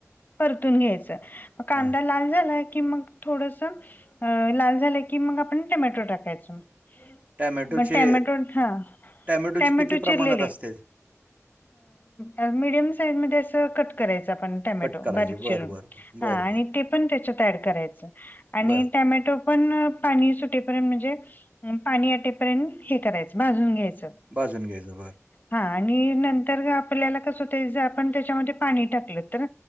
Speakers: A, on the left; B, on the right.
A: परतून घ्यायचा म कांदा
B: हां.
A: लाल झाला की मग थोडस अ लाल झाला की मग आपण टमॅटो टाकायच. म
B: टोमॅटोचे
A: टॅमॅटो हा
B: टोमॅटोचे
A: टॅमॅटो
B: किती प्रमाणात
A: चिरलेले.
B: असते?
A: अ मीडियम साईजमध्ये असं कट करायचं आपण. टमॅटो
B: कट करायचे.
A: बारीक
B: बरं,
A: चिरून
B: बरं, बरं. बरं,
A: ह
B: बरं.
A: ते पण त्याच्यात एड करायच आणि
B: बरं.
A: टमॅटो पण पाणी सुटेपर्यंत म्हणजे पाणी आटेपर्यंत हे करायचं भाजून घ्यायचं.
B: भाजून घ्यायचं बर.
A: हा आणि नंतर आपल्याला कसं होत ज आपण त्याच्यामध्ये पाणी टाकलं तर.